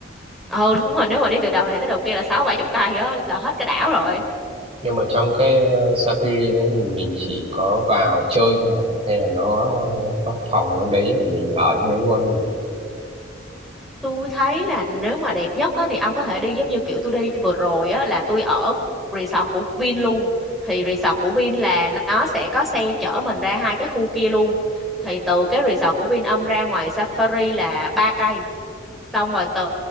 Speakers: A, in the centre; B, on the right.
A: ừ đúng rồi nếu mà đi từ đầu này tới đầu kia là sáu bảy chục cây á là hết cái đảo rồi
B: nhưng mà trong cái ờ, Safari đấy thì mình chỉ có vào chơi thôi à? hay là nó có phòng trong đấy mà mình ở trong đấy luôn không nhỉ?
A: Tôi thấy là nếu mà đẹp nhất á, thì ông có thể đi giống như kiểu tôi đi vừa rồi á, là tôi ở resort của Vin luôn. Thì resort của Vin là nó sẽ có xe chở mình ra hai cái khu kia luôn. Thì từ cái resort của Vin ông ra ngoài Safari là ba cây. Xong rồi từ